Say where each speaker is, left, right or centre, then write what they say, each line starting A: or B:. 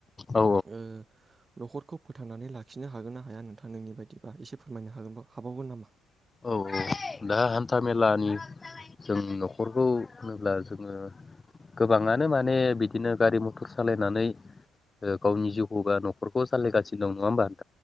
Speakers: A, on the left (about 15°); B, on the right (about 20°).
A: औ
B: ओ न'खरखौ फोथांनानै लाखिनो हागोन ना हाया नोंथाङा नोंनि बायदिबा एसे फोरमायनो हागोन हाबावगोन नामा?
A: औ-औ दा हान्था मेलानि जों न'खरखौ होनोब्ला जोङो गोबाङानो माने बिदिनो गारि मथर सालायनानै ओ गावनि जिउखौ बा न'खरखौ सालायगासिनो दं नङा होमबा